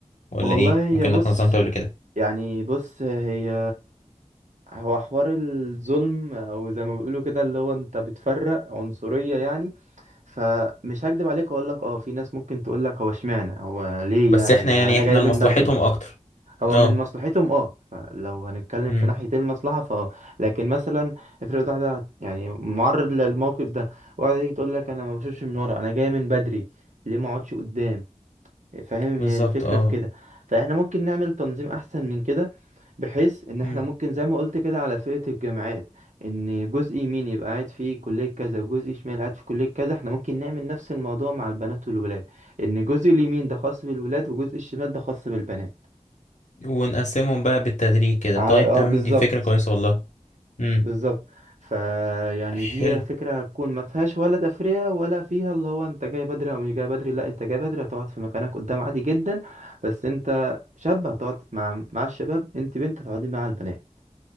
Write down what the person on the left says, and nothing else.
ولا
ايه
ممكن
انك نظمت قبل كده
بس
احنا
يعني
احنا
لمصلحتهم
اكتر
اه
امم
بالظبط
اه
امم
ونقسمهم بقى بالتدريج كده
طيب
تمام
دي فكرة كويسة والله امم
حلو